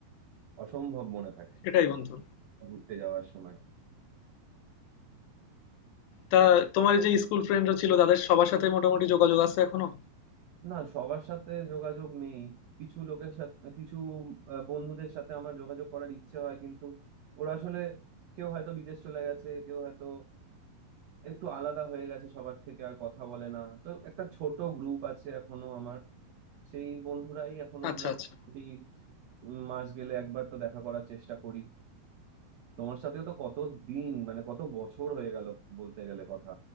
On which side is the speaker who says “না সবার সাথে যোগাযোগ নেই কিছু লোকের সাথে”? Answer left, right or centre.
Right